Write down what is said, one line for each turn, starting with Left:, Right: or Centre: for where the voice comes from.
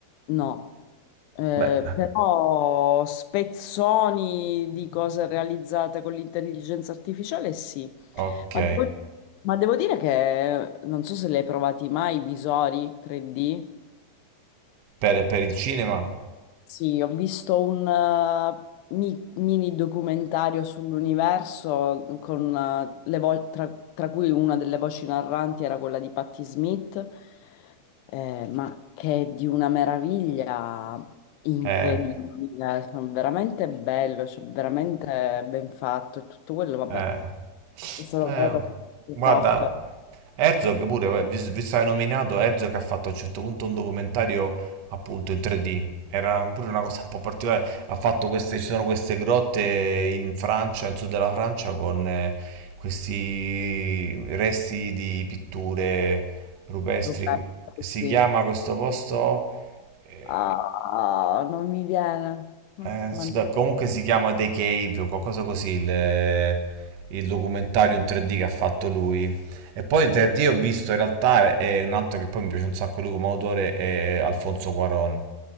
Left: no, Eh,
Right: beh,
Left: però spezzoni di cose realizzate con l'intelligenza artificiale sì,
Right: ok.
Left: ma devo, ma devo dire che eh, non so se le hai provati mai, i visori 3D.
Right: Per, per il cinema?
Left: Sì, ho visto un eh, mi- mini documentario sull'universo con eh, le vo- tra, tra cui una delle voci narranti era quella di Patti Smith, eh, ma che è di una meraviglia incredibile,
Right: Eh,
Left: cioè, veramente bello, cioè, veramente ben fatto e tutto quello, vabbè,
Right: eh.
Left: è stato
Right: Eh,
Left: creato attraverso il
Right: guarda,
Left: software,
Right: Herzog pure, eh, vi, vi sai nominato, Herzog ha fatto a un certo punto un documentario appunto in 3D. Era pure una cosa un po' particolare. Ha fatto queste, ci sono queste grotte in Francia, nel sud della Francia, con eh, questi resti di pitture rupestri.
Left: Rupert,
Right: Come- Si
Left: sì.
Right: chiama questo posto? Eh,
Left: Ah, non mi viene. Ah,
Right: eh, adesso
Left: mannaggia.
Right: da- comunque si chiama The Cave o qualcosa così il, eh, il documentario in 3D che ha fatto lui. E poi in 3D ho visto in realtà è un altro che poi mi piace un sacco lui come autore è Alfonso Cuarón.